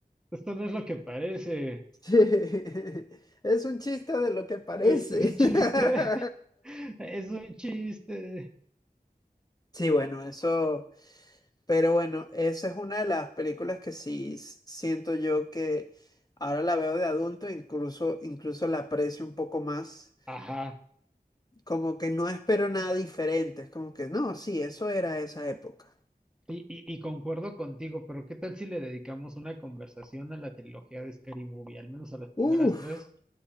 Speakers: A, in the centre; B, on the left.
A: Esto no es lo que parece.
B: <laughs> eh, es un chiste de lo que parece.
A: Es un chiste,
B: <laughs>
A: <laughs> es un chiste.
B: Sí, bueno, eso. Pero bueno, esa es una de las películas que sí s- siento yo que ahora la veo de adulto, incluso, incluso la aprecio un poco más.
A: Ajá.
B: Como que no espero nada diferente. Es como que no, sí, eso era esa época.
A: Y, y, y concuerdo contigo, pero ¿qué tal si le dedicamos una conversación a la trilogía de Scary Movie? Al menos a las primeras
B: Uf,
A: tres.